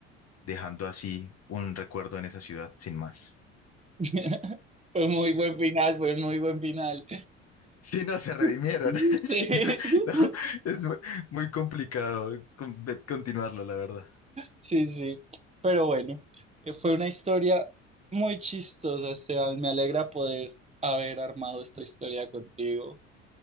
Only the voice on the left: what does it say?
dejando así un recuerdo en esa ciudad sin más.
Sí, no, se redimieron.
<laughs> Ya, no, es mu- muy complicado con- de- continuarlo, la verdad.